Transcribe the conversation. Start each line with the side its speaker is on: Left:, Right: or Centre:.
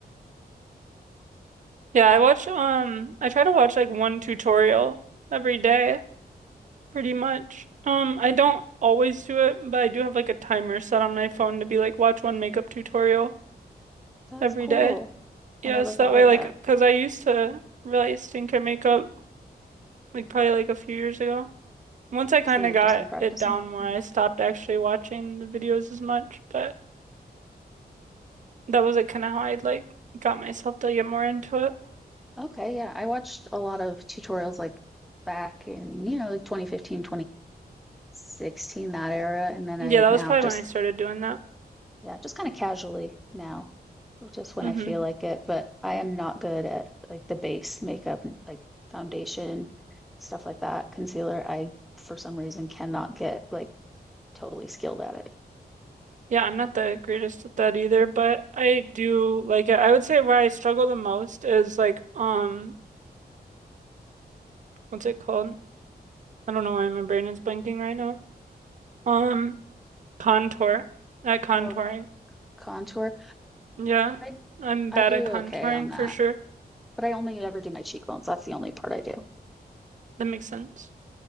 Right: Yeah, I watch um, I try to watch like one tutorial every day. pretty much. Um, I don't always do it, but I do have like a timer set on my phone to be like watch one makeup tutorial
Centre: That's
Right: every
Centre: cool.
Right: day. Yes,
Centre: I never thought
Right: that way
Centre: of
Right: like
Centre: that.
Right: because I used to really stink at makeup like probably like a few years ago. Once I kind
Centre: So you've
Right: of got
Centre: just been practicing?
Right: it down more,
Centre: Mhm.
Right: I stopped actually watching the videos as much, but that was like kind of how I like got myself to get more into it.
Centre: Okay, yeah. I watched a lot of tutorials like back in, you know, like 2015, 16 that era and then
Right: Yeah,
Centre: i
Right: that
Centre: now
Right: was probably
Centre: just
Right: when I started doing that.
Centre: yeah just kind of casually now just when
Right: hmm
Centre: i feel like it but i am not good at like the base makeup like foundation stuff like that concealer i for some reason cannot get like totally skilled at it
Right: Yeah, I'm not the greatest at that either, but I do like it. I would say where I struggle the most is like um what's it called? I don't know why my brain is blanking right now. Um contour. At contouring.
Centre: oh contour
Right: Yeah.
Centre: i
Right: I'm bad
Centre: i do
Right: at contouring
Centre: okay on
Right: for
Centre: that
Right: sure.
Centre: but i only ever do my cheekbones that's the only part i do
Right: That makes sense.